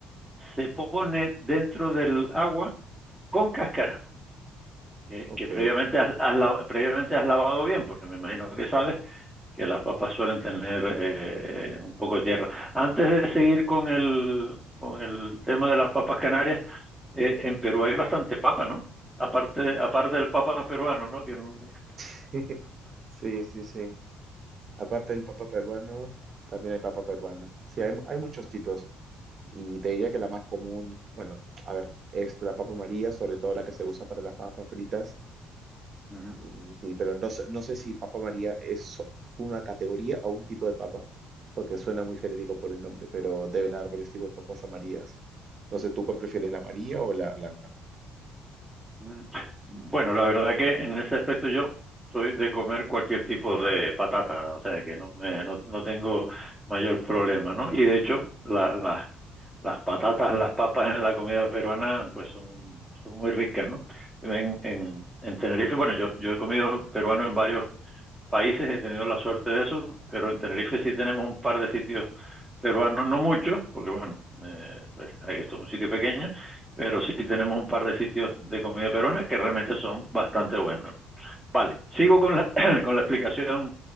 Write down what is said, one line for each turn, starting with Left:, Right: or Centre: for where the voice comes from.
Centre: se pone dentro del agua con cáscara, que,
Right: Ok.
Centre: que previamente, has, has lavado, previamente has lavado bien, porque me imagino que sabes que las papas suelen tener eh, un poco de tierra. Antes de seguir con el, con el tema de las papas canarias, eh, en Perú hay bastante papa, ¿no? Aparte, aparte del papa peruano, ¿no? Que... no...
Right: <laughs> Sí, sí, sí. Aparte del papa peruano, también hay papa peruana. Sí, hay, hay muchos tipos. Y te diría que la más común, bueno, a ver, es la papa María, sobre todo la que se usa para las papas fritas.
Centre: <laughs>
Right: Y sí, pero no, sé- no sé si Papa María es so- una categoría o un tipo de papa, porque suena muy genérico por el nombre, pero deben haber varios tipos de papas a Marías. No sé, ¿tú cuál prefieres, la amarilla o la blanca?
Centre: Mm, Bueno, la verdad que en ese aspecto yo soy de comer cualquier tipo de patata, o sea que no me no, no tengo mayor problema, ¿no? Y de hecho, la, la- las patatas, las papas en la comida peruana, pues son, son muy ricas, ¿no? En, en, en Tenerife, bueno, yo, yo he comido peruano en varios países he tenido la suerte de eso, pero en Tenerife sí tenemos un par de sitios peruanos, no muchos, porque bueno, eh, pues, esto es un sitio pequeño, pero sí tenemos un par de sitios de comida peruana que realmente son bastante buenos. Vale, sigo con la, <clears throat> con la explicación